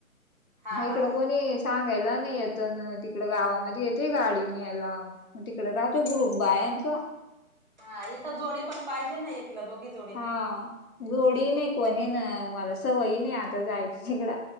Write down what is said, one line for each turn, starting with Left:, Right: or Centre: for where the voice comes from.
Right: हा
Left: मग इकडं
Right: हा
Left: कोणी सांगायला नाही येत ना तिकड गावामध्ये येते गाडी न यायला. मग तिकड राहतो ग्रुप बायांचा.
Right: हा इथं जोडी पण पाहिजे ना नाही एकिला दोघीच
Left: हा जोडी ना कोणी ना मला सवयी नाही आता जायची इिकड